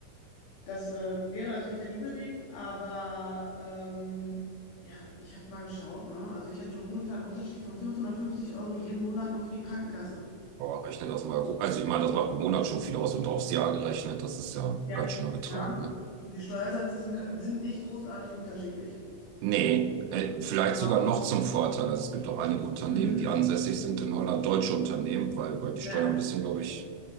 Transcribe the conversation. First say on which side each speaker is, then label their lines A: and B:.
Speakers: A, on the left; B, on the right.
A: das äh, wäre natürlich der Liebe wegen, aber ähm, ja, ich habe mal geschaut, ne, also ich hätte ungefähr einen Unterschied von 550 Euro jeden Monat nur für die Krankenkasse.
B: boah, rechne das mal. hoch. Also ich meine, das macht im Monat schon viel aus und aufs Jahr gerechnet, das ist ja
A: Ja.
B: ein ganz schöner Betrag,
A: Ja.
B: ne?
A: Und die Steuersätze sind, sind nicht großartig unterschiedlich.
B: Nee, äh, vielleicht
A: Ja.
B: sogar noch zum Vorteil. Also es gibt auch einige Unternehmen,
A: Mhm.
B: die ansässig sind in Holland, deutsche Unternehmen, weil, weil die
A: Ja,
B: Steuer ein bisschen, glaube ich,